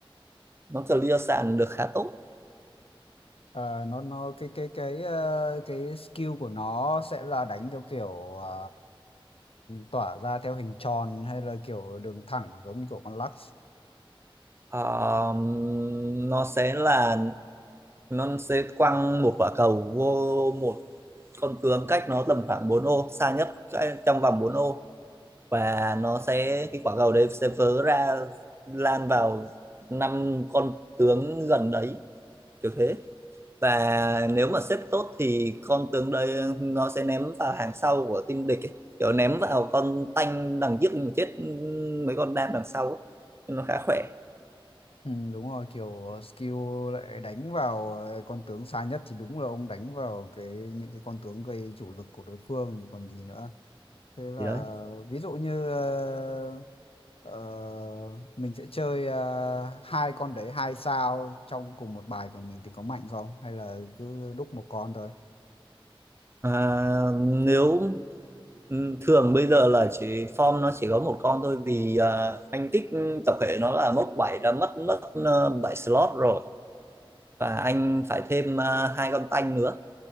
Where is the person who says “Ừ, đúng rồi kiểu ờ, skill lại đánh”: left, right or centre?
Left